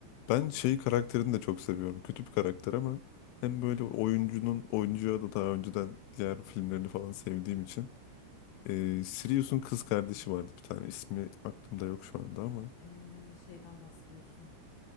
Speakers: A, on the left; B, on the left.
A: Ben şey karakterini de çok seviyorum. Kötü bir karakter ama hem böyle
B: Hı.
A: oyuncunun oyuncuya da daha önceden diğer filmlerini falan sevdiğim için. Ee, Sirius'un kız kardeşi vardı bir tane. ismi aklımda yok şu anda ama.
B: Eee, şeyden bahsediyorsun.